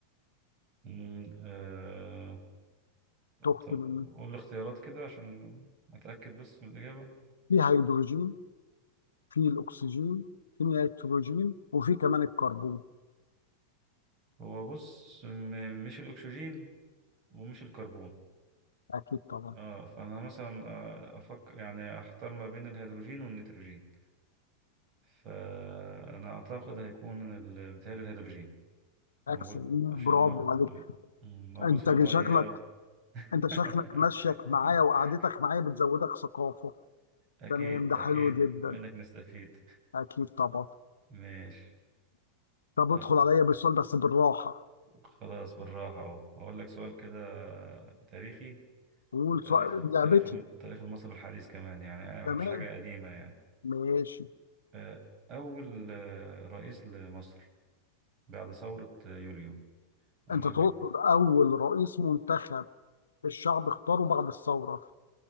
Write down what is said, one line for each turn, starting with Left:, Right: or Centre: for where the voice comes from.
Right: مم، آه...
Left: تخت
Right: طب
Left: مني.
Right: قول الاختيارات كده عشان أتأكد بس من الإجابة
Left: في هيدروجين في الاكسجين في النيتروجين وفي كمان الكربون
Right: هو بص م- مش الأكسجين ومش الكربون
Left: اكيد طبعا
Right: اه فأنا مثلا آه، أفكر يعني أحتار ما بين الهيدروجين والنيتروجين فأنا أعتقد هيكون ال- متهيألي الهيدروجين موجود
Left: اكسل
Right: عشان
Left: برافو
Right: مو-
Left: عليك
Right: م- موجود
Left: انت
Right: في المية
Left: شكلك انت شكلك
Right: <laughs>
Left: مشيك معايا وقعدتك معايا بتزودك ثقافه
Right: أكيد
Left: تمام ده
Right: أكيد
Left: حلو جدا
Right: منك نستفيد
Left: اكيد طبعا
Right: ماشي
Left: طب
Right: آه
Left: ادخل عليا بالسؤال بس بالراحه
Right: خلاص بالراحة أهو أقول لك سؤال كده تاريخي
Left: قول
Right: وتاريخ
Left: سؤال لعبتي
Right: تاريخ التاريخ المصري الحديث كمان يعني يعني
Left: تمام
Right: مش حاجة قديمة يعني
Left: ماشي
Right: آه، أول آه، رئيس لمصر بعد ثورة آه، يوليو من
Left: انت تقصد
Right: قبل
Left: اول رئيس منتخب الشعب اختاره بعد الثوره